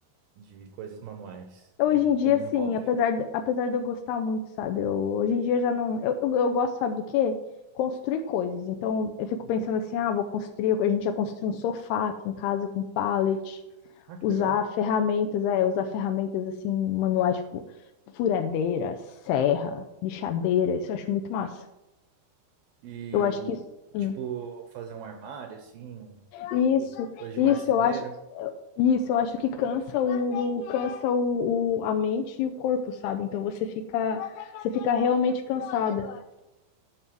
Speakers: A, on the right (about 75°); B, on the left (about 80°).
A: de coisas manuais,
B: Hoje
A: de como
B: em dia, assim,
A: um hobby.
B: apesar de, apesar de eu gostar muito, sabe? Eu, hoje em dia já não. Eu, eu, eu gosto, sabe do quê? Construir coisas. Então, eu fico
A: Uhum.
B: pensando assim: ah, vou construir. A gente já construiu um sofá aqui em casa com pallet,
A: Ah, que
B: usar
A: legal.
B: ferramentas, é, usar ferramentas assim, manuais, tipo furadeira, serra, lixadeira. Isso eu acho muito massa.
A: E,
B: Eu acho que isso. hum,
A: tipo, fazer um armário, assim, um,
B: Isso,
A: um coisa de
B: isso
A: marceneiro.
B: eu acho, Isso, eu acho que cansa o cansa o, o- a mente e o corpo, sabe? Então você fica você fica realmente cansada.